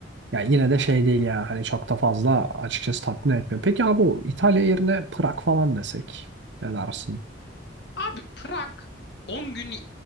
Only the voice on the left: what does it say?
Abi Prag on gün